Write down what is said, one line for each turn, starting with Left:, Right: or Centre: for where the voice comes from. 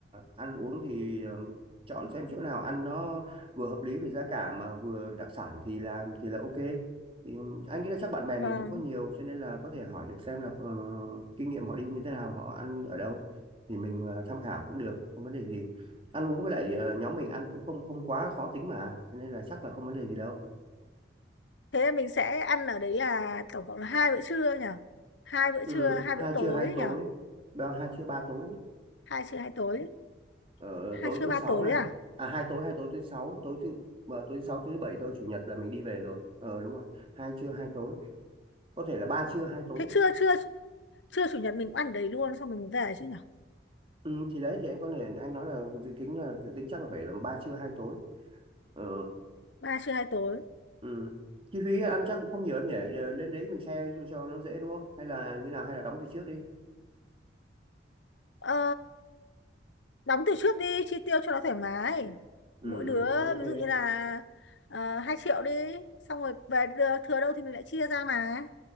Right: ăn uống thì ờ, chọn xem chỗ nào ăn nó vừa hợp lý về giá cả mà vừa đặc sản thì là thì là ok thì anh nghĩ là chắc bạn bè mình
Left: vâng
Right: cũng có nhiều cho nên là có thể hỏi được xem là ờ, kinh nghiệm họ đi như thế nào họ ăn ở đâu thì mình ờ, tham khảo cũng được không vấn đề gì ăn uống với lại ờ, nhóm mình ăn cũng không không quá khó tính mà Cho nên là chắc là không vấn đề gì đâu
Left: thế mình sẽ ăn ở đấy là tổng cộng là hai bữa trưa nhỉ hai bữa
Right: ừ,
Left: trưa hai
Right: hai
Left: bữa tối
Right: trưa hai tối
Left: nhỉ
Right: ba hai trưa ba tối
Left: hai trưa hai tối
Right: ờ,
Left: hai
Right: tối
Left: trưa
Right: thứ
Left: ba
Right: sáu
Left: tối
Right: này
Left: à
Right: à hai tối hai tối thứ sáu tối thứ ờ, tối thứ sáu thứ bảy thôi chủ nhật là mình đi về rồi ờ đúng rồi hai trưa hai tối có thể là ba trưa hai tối
Left: thế trưa trưa trưa chủ nhật mình ăn ở đấy luôn xong mình về chứ nhỉ
Right: ừ, thì đấy thì anh có thể anh nói là dự tính là dự tính chắc là phải là ba trưa hai tối ờ,
Left: ba trưa hai tối
Right: ừ. chi phí ăn chắc cũng không nhiều em nhỉ Ờ, lên đấy mình share cho cho nó dễ đúng không hay là như nào hay là đóng từ trước đi
Left: ờ, đóng từ trước đi chi tiêu cho nó thoải mái
Right: ừ
Left: mỗi đứa
Right: ừ, ok
Left: ví dụ như là uh, 2 triệu đi xong rồi về đưa- thừa đâu thì mình lại chia ra mà